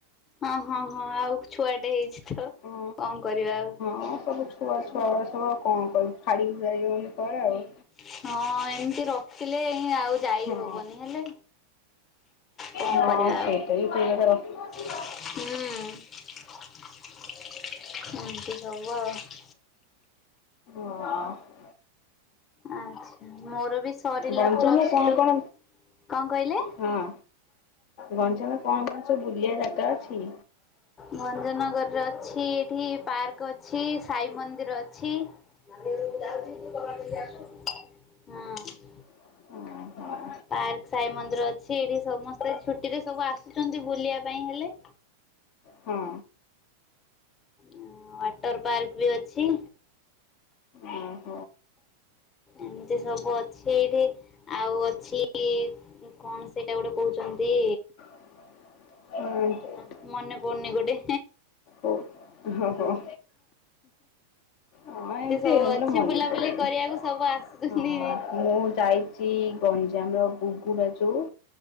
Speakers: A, on the left; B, on the left.
A: ହଁ, ହଁ, ହଁ ଆଉ ଛୁଆଟେ ହେଇଛି ତ
B: ହଁ
A: କଣ କରିବା ଆଉ।
B: ହଁ ସବୁ ଛୁଆ ଛୁଆ ଉରା ସବୁ ଆଉ କଣ କରିବୁ? ଛାଡିକି ଯାଇ ହୋଉନି କୁଆଡେ ଆଉ।
A: ହଁ ଏମିତି ରଖିଲେ ହିଁ ଆଉ ଯାଇ
B: ହଁ
A: ହବନି ହେଲେ କଣ
B: ହଁ
A: କରିବା ଆଉ
B: ସେଇଟା ବି ଠିକ କଥା ର
A: ହୁଁ, ଏମତି ସବୁ ଆଉ।
B: ହଁ, ଆ
A: ଆଚ୍ଛା ମୋର ବି ସରିଲା
B: ଗଞ୍ଜାମରେ
A: ପ୍ଲସ୍
B: କଣ
A: ଟୁ,
B: କଣ
A: କଣ କହିଲେ?
B: ହଁ ଗଞ୍ଜାମରେ କଣ କଣ ସବୁ ବୁଲିବା ଜାଗା ଅଛି?
A: ଭଞ୍ଜନଗରରେ ଅଛି ଏଠି ପାର୍କ ଅଛି, ସାଇ ମନ୍ଦିର ଅଛି। ହଁ।
B: ଅଁ, ହଁ।
A: ପାର୍କ ସାଇ ମନ୍ଦିର ଅଛି ଏଠି ସମସ୍ତେ ଛୁଟିରେ ସବୁ ଆସୁଚନ୍ତି ବୁଲିବା ପାଇଁ ହେଲେ।
B: ହଁ।
A: ଅ, ୱାଟର୍ ପାର୍କ ବି ଅଛି।
B: ଆଁ,
A: ଏମିତି ସବୁ ଅଛି ଏଇଠି ଆଉ ଅଛି କଣ ସେଇଟା ଗୋଟେ କହୁଛନ୍ତି
B: <inaudible> ଓହୋ
A: ଆଁ, ମନେ ପଡୁନି ଗୋଟେ।
B: ଓ ଆଉ କଅ। ହଁ ଏମିତି
A: ସବୁ
B: ମୋର
A: ଅଛି
B: ମନେ
A: ବୁଲାବୁଲି
B: ପଡେନି,
A: କରିବାକୁ ସବୁ ଆସୁଛନ୍ତି
B: ହଁ ମୁଁ ଯାଇ ଚି ଗଞ୍ଜାମ ଗୁଗୁଡା ଯୋଉ